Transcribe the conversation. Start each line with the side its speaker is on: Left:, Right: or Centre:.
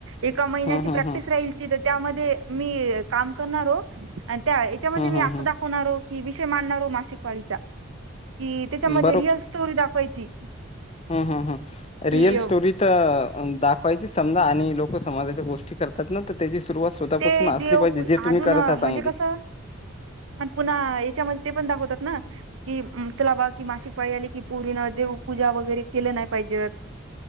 Right: एका महिन्याची
Left: हं, हं,
Right: प्रॅक्टिस
Left: हं.
Right: त्यामध्ये मी काम करणार आणि त्या याच्यामध्ये
Left: हं,
Right: मी
Left: हं,
Right: अस दाखवणार ही विषय मांडणार हो मासिक वाळीचा कि त्याच्यामध्ये
Left: हं.
Right: रिअल स्टोरी दाखवायची.
Left: हम् हम्म हम्
Right: कि
Left: रिअल स्टोरी तर दा समजा आणि लोक समाजाच्या गोष्टी करतात ना तर त्याची सुरुवात. स्वतःपासून
Right: ते
Left: असली
Right: देव
Left: पाहिजे, जे
Right: अजून
Left: तुम्ही करत आहात
Right: म्हणजे
Left: चांगली.
Right: कसं. आणि पुन्हा याच्यामध्ये ते पण दाखवतात ना कि चला बा कि मासिक पाळी आले की पूरी न देवपूजा वगैरे केलं नाही पाहिजे.